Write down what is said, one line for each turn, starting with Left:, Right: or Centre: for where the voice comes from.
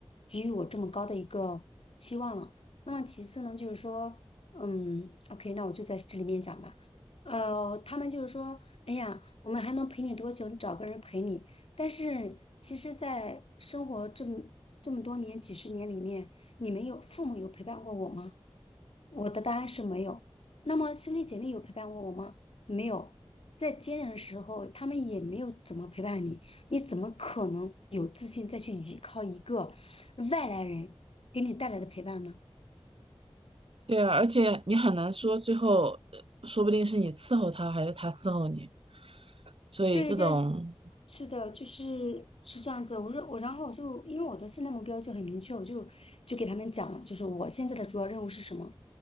Left: 给予我这么高的一个期望了。那么其次呢，就是说，嗯，OK，那我就在这里面讲吧。呃，他们就是说，哎呀，我们还能陪你多久？你找个人陪你。但是，其实，在生活这么这么多年、几十年里面，你们有父母有陪伴过我吗？我的答案是没有。那么，兄弟姐妹有陪伴过我吗？没有。在艰难的时候，他们也没有怎么陪伴你，你怎么可能有自信再去依靠一个外来人给你带来的陪伴呢？
Right: 对啊，而且你很难说最后，呃说不定是你伺候他，还是他伺候你。所以这种
Left: 对，就是是的，就是是这样子。我说我，然后我就因为我的现在目标就很明确，我就就给他们讲了，就是我现在的主要任务是什么。